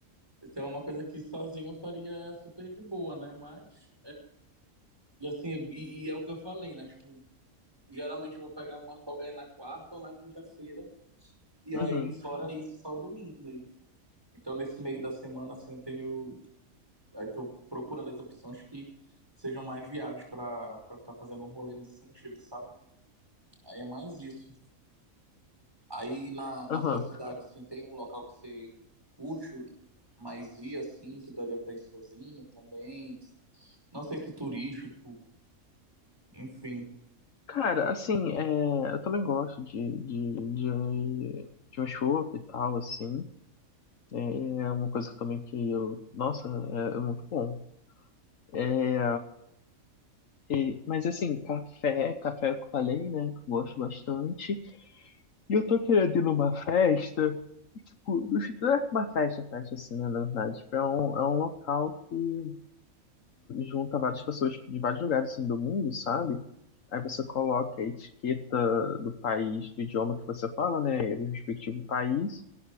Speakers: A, on the right (about 15°); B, on the left (about 65°).
A: Isso é uma coisa que sozinho eu faria super de boa, né? Mas, e assim, e, e é o que eu falei, né? Tipo, geralmente eu vou pegar uma folga aí na quarta ou na quinta-feira E
B: Uhum,
A: aí, fora isso, só o domingo mesmo. Então, nesse meio da semana, assim, eu tenho. Aí, tô procurando as opções que sejam mais viáveis para para estar fazendo um rolê nesse sentido, sabe? Aí é mais isso. Aí, na, na
B: uhum.
A: sua cidade, assim, tem um local que você curte, mas ir, assim, que daria para ir sozinho também. Não sei se turístico, enfim.
B: Cara, assim, é, eu também gosto de, de, de, de um chopp e tal, assim. É é uma coisa que também que eu. Nossa, é é muito bom. É, e- mas assim, café, café que eu falei, né? Que eu gosto bastante. E eu tô querendo ir numa festa, e, tipo, no não é uma festa, festa assim, né, na verdade. Tipo, é um, é um local que junta várias pessoas de vários lugares, assim, do mundo, sabe? Aí você coloca a etiqueta do país, do idioma que você fala, né, e do respectivo país,